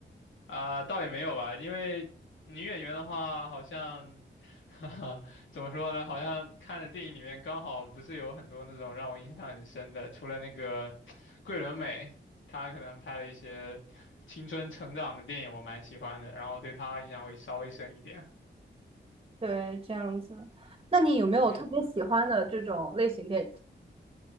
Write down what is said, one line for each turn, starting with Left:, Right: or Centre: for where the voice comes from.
Left: 啊、倒也没有吧，因为女演员的话，好像，<laughs> 哈哈怎么说呢？好像看的电影里面刚好不是有很多那种让我印象很深的，除了那个桂纶镁，她可能拍了一些青春成长的电影，我蛮喜欢的，然后对她印象会稍微深一点。
Right: <laughs> 对，这样子。那你有没有特别喜欢的这种类型电影？
Left: 对，